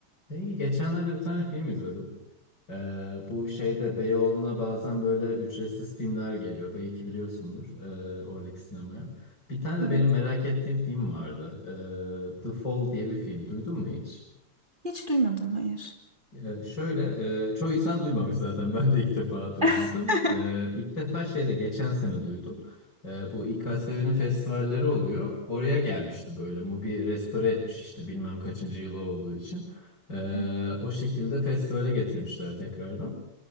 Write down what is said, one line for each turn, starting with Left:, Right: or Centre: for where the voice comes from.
Left: Peki geçenlerde bir tane film izledim. Ee, bu şeyde Beyoğlu'na bazen böyle ücretsiz filmler geliyor. Belki biliyorsundur ee, oradaki sinemaya. Bir tane de
Right: Evet.
Left: benim merak ettiğim film vardı. Ee, The Fall diye bir film. Duydun mu hiç?
Right: Hiç duymadım, hayır.
Left: Ee, şöyle, e, çoğu insan duymamış zaten. Ben de ilk defa duyduydum.
Right: <laughs>
Left: Ee, ilk defa şeyde geçen sene duydum. Ee, bu İKSV'nin festivalleri oluyor. Oraya gelmişti böyle. Mubi restore etmiş işte bilmem kaçıncı yılı olduğu için. Ee,
Right: Evet.
Left: o şekilde festivale getirmişler tekrardan.